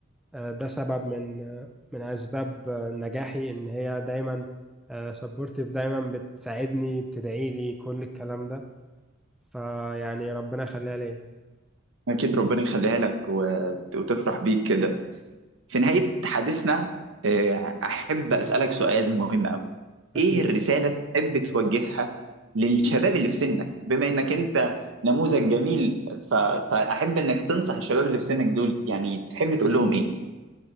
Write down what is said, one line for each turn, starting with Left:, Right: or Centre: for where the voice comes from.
Centre: آه، ده سبب من آه، من أسباب آه، نجاحي إن هي دايما سبورتيف دايما بتساعدني بتدعي لي كل الكلام ده فيعني ربنا يخليها ليا
Right: اكيد ربنا يخليها لك وت- وتفرح بيك كده في نهاية حديثنا آه، احب اسألك سؤال مهم قوي
Centre: أكيد
Right: ايه الرسالة اللي تحب توجهها للشباب اللي في سنك بما انك انت نموذج جميل ف... فاحب انك تنصح الشباب اللي في سنك دول يعني تحب تقول لهم ايه